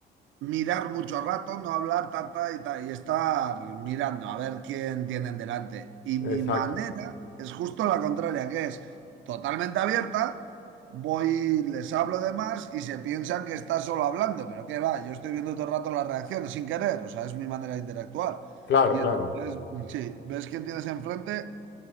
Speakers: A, on the right; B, on the left.
A: mirar mucho rato, no hablar tata y, ta- y estar mirando a ver quién tienen delante. Y mi
B: exacto,
A: manera es justo la contraria, que es totalmente abierta, voy, les hablo de más y se piensan que está solo hablando, pero qué va, yo estoy viendo todo el rato las reacciones sin querer, o sea, es mi manera de interactuar.
B: claro,
A: Y
B: claro.
A: entonces, sí, ves quién tienes enfrente